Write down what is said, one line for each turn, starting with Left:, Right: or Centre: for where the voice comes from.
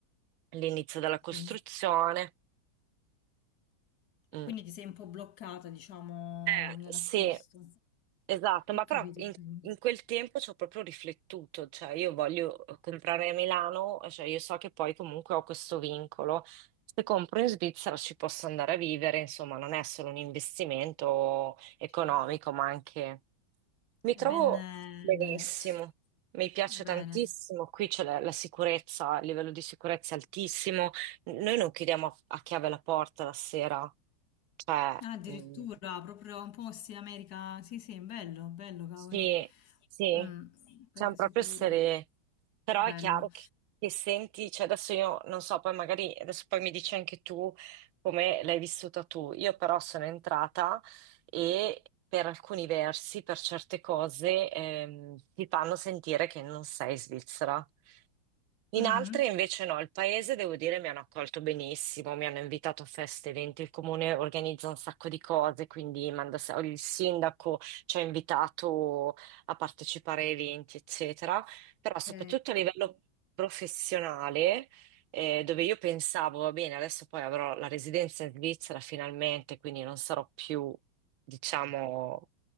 Right: l'inizio della
Left: Ti
Right: costruzione.
Left: sei- E
Right: Mm.
Left: quindi ti sei un po' bloccata, diciamo,
Right: Eh,
Left: nell'acquisto.
Right: Sì, esatto,
Left: Ho
Right: ma però
Left: capito,
Right: in,
Left: ho capito.
Right: in quel tempo ci ho proprio riflettuto, cioè io voglio comprare a Milano, cioè io so che poi comunque ho questo vincolo. Se compro in Svizzera ci posso andare a vivere, insomma, non è solo un investimento economico,
Left: Certo.
Right: ma anche Mi
Left: È
Right: trovo
Left: ben eh,
Right: benissimo,
Left: diverso.
Right: mi piace
Left: Bene.
Right: tantissimo, qui c'è la, la sicurezza, il livello di sicurezza è altissimo, noi non chiudiamo a, a chiave la porta la sera, cioè,
Left: Ah, addirittura
Right: mh,
Left: proprio un po' sì, America. Sì, sì, bello, bello, cavoli.
Right: sì, sì,
Left: Mm,
Right: siamo
Left: paese
Right: proprio
Left: sicuro.
Right: essere, però
Left: Bello.
Right: è chiaro che, che senti, cioè adesso io non so, poi magari adesso poi mi dici anche tu come l'hai vissuta tu, io però sono entrata e per alcuni versi, per certe cose, ehm, ti fanno sentire che non sei svizzera. In
Left: Mhm.
Right: altre invece no, il paese devo dire mi hanno accolto benissimo, mi hanno invitato a feste, eventi, il comune organizza un sacco di cose, quindi manda, se- il sindaco ci ha invitato a partecipare a eventi, eccetera, però soprattutto
Left: Ok.
Right: a livello professionale, eh, dove io pensavo, va bene, adesso poi avrò la residenza in Svizzera finalmente, quindi non sarò più, diciamo,